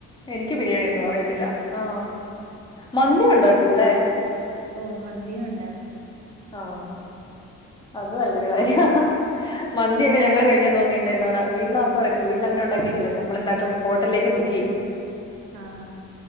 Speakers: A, on the left; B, on the right.
A: എനിക്ക് ബിരിയാണിയൊന്നും അറിയത്തില്ല ആ മന്തി ഉണ്ടാക്കൂ ല്ലേ?
B: ഓഹ് മന്തി ഉണ്ടാക്കും.
A: ആഹ്. അത് നല്ലൊരു കാര്യാ. മന്തിയൊക്കെ ഞങ്ങള് കഴിക്ക്യാൻ തോന്നിണ്ട് എന്താണ് വീട്ടിലാർക്കും അറിയത്തില്ല വീട്ടിൽ അങ്ങന ഉണ്ടാക്കി ട്ടില്ല നമ്മളെന്താക്കും ഹോട്ടലേക്ക് ബുക്കെയ്യും.
B: ആഹ്.